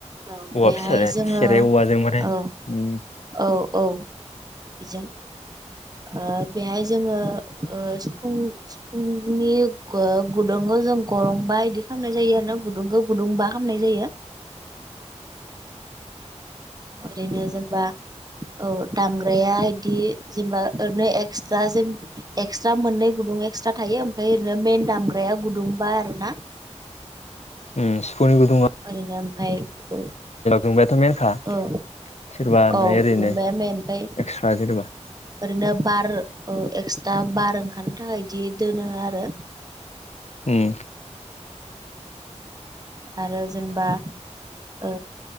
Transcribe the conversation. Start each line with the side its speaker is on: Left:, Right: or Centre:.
Right: औ
Left: औवा
Right: बेहाय
Left: फिसाजो
Right: जोङो
Left: थेरे औवाजों माने
Right: औ
Left: उम।
Right: औ औ बेजों। ओ बेहाय जोङो ओ सिफुं सिफुंनि ग गुदुंखो जों गरंबा इदि खालामनाय जायो आरो ना गुदुंखौ गुदुंबा खालामामनाय जायो। ओरैनो जेनबा औ दामग्राया इदि जेनेबा ओरैनो एक्सट्रा जेम एक्सट्रा मोननै गुदुं एक्सट्रा थायो ओमफ्राय ओरै मेन दामग्राया गुदुंबा आरो ना।
Left: उम सिफुंनि गुदुंआ
Right: ओैरैनो ओमफ्राय औ
Left: जोंबायाथ' मेनखा
Right: औ
Left: सोरबा ओमफ्राय
Right: औ
Left: ओरैनो
Right: गुदुंबाया मेन ओमफ्राय
Left: एक्सट्रा सोरबा
Right: ओरैनो बार औ एक्सट्रा बार ओंखारनो थाखाय बिदि दोनो आरो
Left: उम
Right: आरो जेनेबा ओ‌